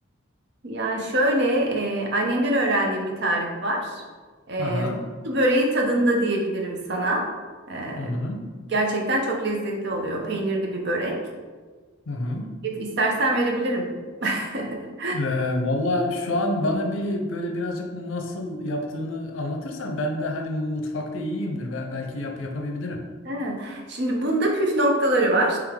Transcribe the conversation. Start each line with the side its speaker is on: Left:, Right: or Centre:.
Right: Yani şöyle e, annemden öğrendiğim bir tarif var. E,
Left: Aha.
Right: su böreği tadında diyebilirim sana. E,
Left: Hı hı.
Right: gerçekten çok lezzetli oluyor. Peynirli bir börek.
Left: Hı hı.
Right: E, İstersen verebilirim. <laughs>
Left: Ee, valla şu an bana bir böyle birazcık nasıl yaptığını anlatırsan ben de hani mu- mutfakta iyiyimdir. Be- belki yap yapabilirim.
Right: Ha, Şimdi bunda püf noktaları var.